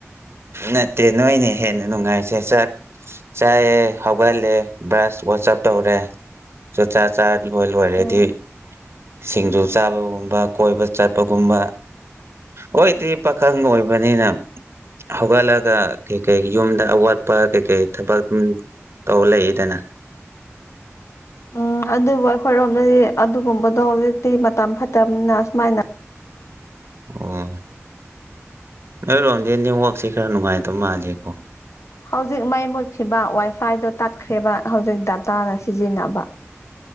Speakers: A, on the right (about 55°); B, on the left (about 65°).
A: ꯅꯠꯇꯦ ꯅꯣꯏꯅꯦ ꯍꯦꯟꯅ ꯅꯨꯡꯉꯥꯏꯁꯦ ꯆ ꯆꯥꯏꯑꯦ ꯍꯧꯒꯠꯂꯦ ꯕ꯭ꯔꯁ ꯋꯥꯆꯞ ꯇꯧꯔꯦ ꯆꯨꯔꯆꯥꯥꯛ <unintelligible> ꯆꯥ ꯂꯣ ꯂꯣꯏꯔꯗꯤ
B: ꯎꯝ
A: ꯁꯤꯡꯖꯨ ꯆꯥꯕꯒꯨꯝꯕ ꯀꯣꯏꯕ ꯆꯠꯄꯒꯨꯝꯕ ꯍꯣꯏꯗꯤ ꯄꯥꯈꯪ ꯑꯣꯏꯕꯅꯤꯅ ꯍꯧꯒꯠꯂꯒ ꯀꯩꯀꯩ ꯌꯨꯝꯗ ꯑꯋꯥꯠꯄ ꯀꯩꯀꯩ ꯊꯕꯛ ꯎꯝ ꯇꯧ ꯂꯩꯌꯦꯗꯅ
B: ꯎꯝ ꯑꯗꯨꯕꯨ ꯑꯩꯈꯣꯏꯔꯣꯝꯗꯗꯤ ꯑꯗꯨꯒꯨꯝꯕꯗꯣ ꯍꯧꯖꯤꯛꯇꯤ ꯃꯇꯝ ꯐꯠꯇꯕꯅꯤꯅ ꯑꯁꯨꯃꯥꯏꯅ
A: ꯑꯣ ꯅꯣꯏ ꯔꯣꯝꯖꯦ ꯅꯦꯠꯋꯥꯛꯁꯦ ꯈꯔ ꯅꯨꯡꯉꯥꯏꯇꯕ ꯃꯥꯜꯂꯤꯀꯣ
B: ꯍꯧꯖꯤꯛ ꯃꯩ ꯃꯨꯠꯈꯤꯕ ꯋꯥꯏꯐꯥꯏꯗꯣ ꯇꯠꯈ꯭ꯔꯦꯕ ꯍꯧꯖꯤꯛ ꯗꯗꯥꯇꯥꯅ ꯁꯤꯖꯤꯟꯅꯕ